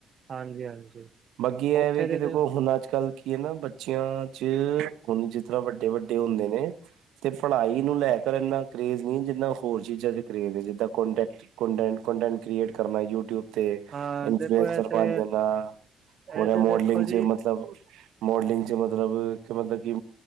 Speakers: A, on the right; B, on the right.
A: ਹਾਂਜੀ, ਹਾਂਜੀ!
B: ਬਾਕੀ ਇਹ
A: ਉੱਥੇ
B: ਵੈ
A: ਦੇ
B: ਕਿ ਦੇਖੋ
A: ਤੇ
B: ਹੁਣ ਅੱਜ-ਕੱਲ੍ਹ ਕੀ ਹੈ ਨਾ ਬੱਚਿਆਂ ਚ ਖੁੰਜੀ ਦ ਵੱਡੇ-ਵੱਡੇ ਹੁੰਦੇ ਨੇ। ਤੇ ਪੜ੍ਹਾਈ ਨੂੰ ਲੈ ਕਰ ਇਨਾ ਕਰੇਜ਼ ਨਹੀਂ ਜਿੰਨਾ ਹੋਰ ਚੀਜ਼ਾਂ ਦੇ ਕਰੇਜ਼ ਨੇ, ਜਿੱਦਾਂ ਕੋਂਡੇਕਟ। ਕੋਡੇਂਟ, ਕੋਡੇਂਟ ਕ੍ਰੀਏਟ ਕਰਨਾ, ਯੂਟਿਊਬ ਤੇ
A: ਹਾਂ
B: ਇਨਫਲੂਐਂਸਰ
A: ਦੇਖੋ ਇੱਥੇ
B: ਬਣ ਜਾਣਾ।
A: ਇਹ
B: ਹੋਰ
A: ਤੇ
B: ਮੋਡਲਿੰਗ
A: ਦੇਖੋ
B: ਚ
A: ਜੀ
B: ਮਤਲਬ ਮੋਡਲਿੰਗ 'ਚ ਮਤਲਬ ਕ ਮਤਲਬ ਕਿ,